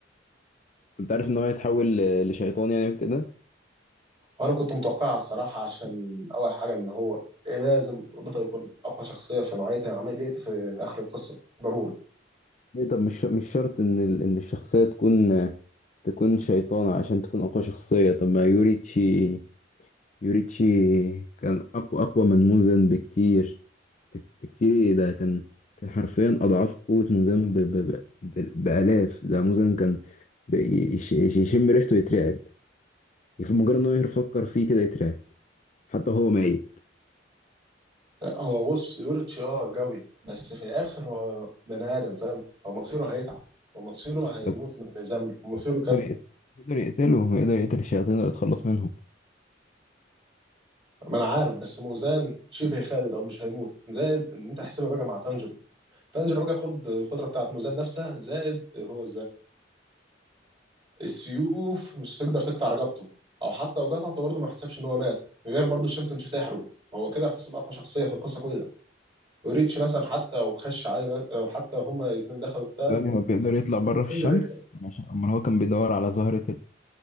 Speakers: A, on the left; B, on the right.
A: كنت عارف ان هو هيتحول ل- لشيطان يعني كده
B: وانا كنت متوقعها الصراحه عشان اول حاجه ان هو لازم البطل يكون اقوى شخصيه في نوعيه العمليه ديت في اخر القصه ضروري
A: ليه طب مش مش شرط ان ال- ان الشخصيه تكون تكون شيطانه عشان تكون اقوى شخصيه طب ما يوريتشي يوريتشي كان اقوى اقوى من موزن بكتير بك- بكتير إيه ده كان كان حرفيا اضعاف قوه موزن ب... ب... ب... ب- بالاف ده موزن كان ب... يش... يش- يشم ريحته يترعب في مجرد ان هو يفكر فيه كده يترعب حتى هو ميت
B: لا، هو بص يوريتش اه قوي بس في الاخر هو بني ادم فاهم فمصيره هيتعب ومصيره هيموت
A: بس
B: من الزمن ومصيره
A: بس يقدر
B: كان
A: يقت- يقدر يقتله يقدر يقتل الشياطين اللي يتخلص منهم
B: ما انا عارف بس موزان شبه خالد او مش هيموت زائد ان انت حسبها بقى مع تانجيرو تانجيرو بقى خد القدره بتاعت موزان نفسها زائد هو السيوف مش هتقدر تقطع رقبته او حتى لو قطعته برضه ما يحتسبش ان هو مات غير برضه الشمس مش هتحرقه هو كده يحتسب اقوى شخصيه في القصه كلها وريتش مثلا حتى وخش عليه او حتى هما الاثنين دخلوا قتال
A: يعني هو بيقدر يطلع بره في
B: تنجر
A: الشمس
B: هيكسب
A: عشان امال هو كان بيدور على زهرة